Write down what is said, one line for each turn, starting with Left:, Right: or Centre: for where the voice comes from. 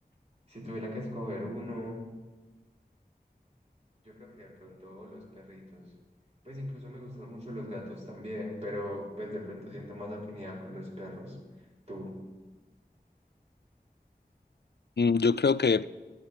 Right: Si tuviera que escoger uno. Yo creo que de pronto los perritos. Pues incluso me gustan mucho los gatos también, pero pues de pronto siento más afinidad con los perros. Tú.
Left: Mm, Yo creo que